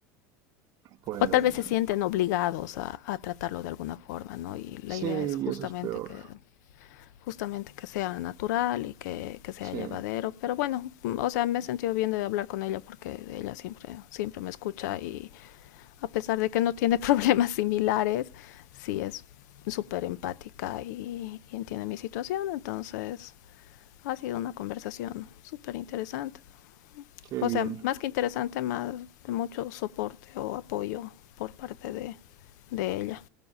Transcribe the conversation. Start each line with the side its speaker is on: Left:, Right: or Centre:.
Right: pueden.
Left: o tal vez se sienten obligados a, a, tratarlo de alguna forma, ¿no? Y la
Right: Sí,
Left: idea
Right: y
Left: es justamente
Right: eso es peor.
Left: que justamente que sea natural y que, que sea
Right: Sí,
Left: llevadero, pero bueno, o sea, me he sentido bien de hablar con ella porque ella siempre, siempre me escucha y a pesar de que no tiene <laughs> problemas similares, sí es súper empática y, y entiende mi situación, entonces ha sido una conversación súper interesante.
Right: qué
Left: O
Right: bien.
Left: sea, más que interesante, más de mucho soporte o apoyo por parte de, de ella.